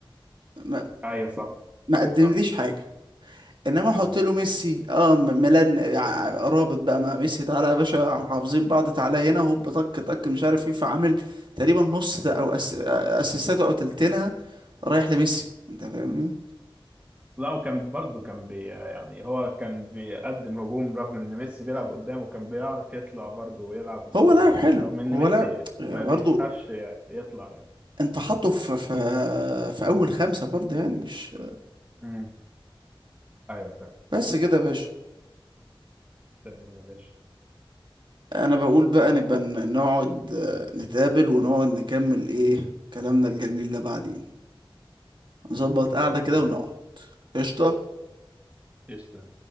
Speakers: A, on the right; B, on the right.
A: ما,
B: ايوه صح
A: ما قدمليش
B: صح
A: حاجه انما احط
B: اه
A: له ميسي اه م- ميلان ع- رابط بقى مع ميسي تعالى يا باشا حافظين بعض تعالى هنا هوب طك طك مش عارف ايه فعامل تقريبا نص ت- او أس... اسيستاته او تلتينها رايح لميسي انت فاهمني
B: لا وكان برضه كان بي يعني هو كان بيقدم هجوم رغم ان ميسي بيلعب قدامه كان بيعرف يطلع برضه ويلعب بعرضيات
A: هو لاعب حلو
B: رغم ان
A: هو
B: ميسي
A: لاعب برضه
B: ما بيخافش يطلع يعني
A: انت حاطه في في في اول خمسة برضه يعني مش
B: امم ايوه فاهم
A: بس كده يا باشا
B: تمام يا باشا
A: انا بقول بقى نبقى ن- نقعد آه، نتقابل ونقعد نكمل ايه كلامنا الجميل ده بعدين نظبط قعدة
B: خلاص
A: كده
B: تمام
A: ونقعد قشطة
B: قشطة